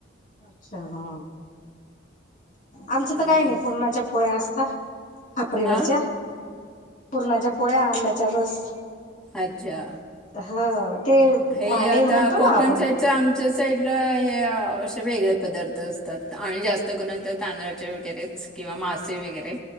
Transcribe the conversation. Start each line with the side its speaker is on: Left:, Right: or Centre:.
Left: अच्छा हा! आमचा
Centre: आणि
Left: तर काय नाय पूरणाच्या पोळ्या असता खापरीवरच्या
Centre: आ?
Left: पूरणाच्या पोळ्या, आंब्याचा रस
Centre: अच्छा.
Left: ह ते
Centre: हे
Left: मांडे
Centre: आता
Left: म्हणतो
Centre: कोकण
Left: ना आपण
Centre: साईडच्या आमच्या साईडला हे अ अशे वेगळे पदार्थ असतात आणि जास्त करून त्या तांदळा चा वगैरेच किंवा मासे वगैरे,